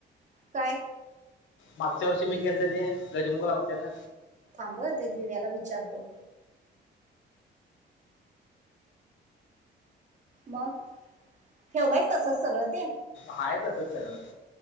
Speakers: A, on the right; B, on the left.
A: काय
B: मागच्या वर्षी मी केलंत ते गजमुख लावत्यालं
A: थांब हं ते दिव्याला विचारतो मग ठेवलायस तसच सगळं ते
B: हाय तसच सगळं